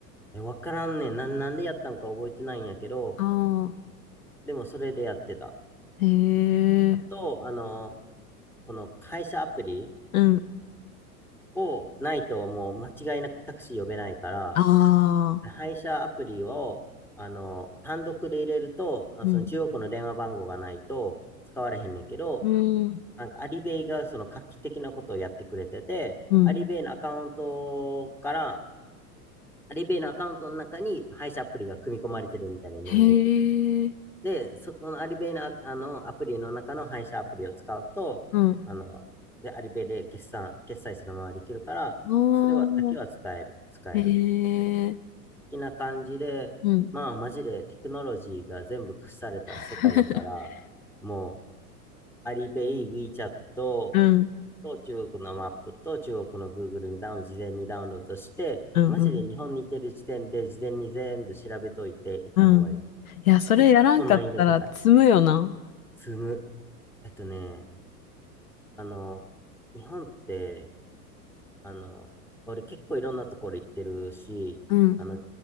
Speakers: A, in the centre; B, on the left (about 60°).
A: え、わからんねん。なん、なんでやったんか覚えてないんやけど、
B: ああ。
A: でもそれでやってた。
B: へえ、
A: あと、あの、この配車アプリ
B: うん。
A: をないともう間違いなくタクシー呼べないから、
B: あ
A: 配車アプリを、
B: あ、
A: あの、単独で入れると、あその中国の電話番号がないと使われへんねんけど、
B: うん。うん。
A: なんかアリベイがその画期的なことをやってくれてて、
B: うん。
A: アリベイのアカウントから、アリベイのアカウントの中に配車アプリが組み込まれてるみたいなイメージ。
B: へえ、
A: で、そこのアリベイの、あのアプリの中の配車アプリを使うと、
B: うん。
A: あの、で、アリベイで決算、決済するままできるから、
B: おー、
A: それは、だけは伝える、使える。
B: へえ、
A: 的な感じで、
B: うん。
A: まあ、マジでテクノロジーが全部屈された世界やから、
B: <laughs>
A: もう、アリベイ、WeChat と
B: うん。
A: 中国のマップと中国の Google にダウン、事前にダウンロードして、
B: うん。
A: マジで日本にいてる時点で事前に全部調べといて行った方がいい。
B: うん。うんいや、それやらんかったら積むよな。
A: 結構難易度高い。積む。えっとね、あの、日本って、あの、俺結構いろんなところ行ってるし、
B: うん。
A: あの、